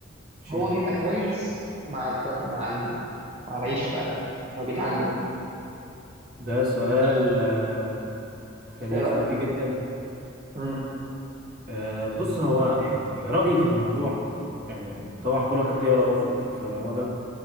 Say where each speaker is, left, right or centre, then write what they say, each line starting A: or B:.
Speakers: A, on the right; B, on the right.
A: شيء
B: هو
A: غريب
B: بيبقى كويس مع الط... مع ال... مع العيشه بقى هو بيتعلم
A: ده سؤال
B: مش عارف
A: آه، فيلسوفي
B: ايه رايك
A: جدا
B: امم
A: آه، بص هو يعني رأيي في الموضوع يعني طبعا كل واحد ليه رأيه في في- في الموضوع ده